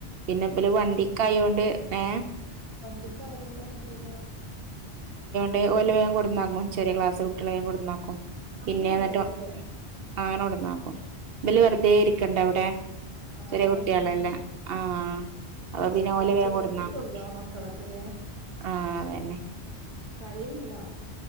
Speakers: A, on the right; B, on the right.
A: പിന്നെ ഇവല്
B: അല്ല
A: വണ്ടിക്ക് ആയോണ്ട് ഏ
B: വണ്ടിക്ക് ആയതുകൊണ്ടപ്പനെ വരികാ
A: ടെ വല്ല വേഗം കൊണ്ടന്നാക്കും ചെറിയ ക്ലാസ്സ് കുട്ടിയോളെ വേഗം കൊണ്ടന്നാക്കും
B: അങ്ങനെ
A: പിന്നെ
B: കൊടുങ്ങാത്തൂല്ലേ
A: എന്നിട്ടോ ആങ്ങനകൊണ്ടന്നാക്കും വല്യ
B: ഉം.
A: വെറുതെ ഇരിക്കണ്ട ഇവിടെ
B: ആ
A: ചെറിയ
B: അരമണിക്കൂർ
A: കുട്ടികളല്ലേ
B: ആ
A: ആാാാ അപ്പൊ പിന്നെ
B: സ്കൂളാണ്
A: ഓലെ വേഗം
B: ചേർത്തിട്ടുള്ളൂ
A: കൊണ്ടന്നാക്കും
B: ആ മക്കളൊക്കെല്ലേ
A: ആ അതുതന്നെ
B: കരയുന്നുണ്ടാ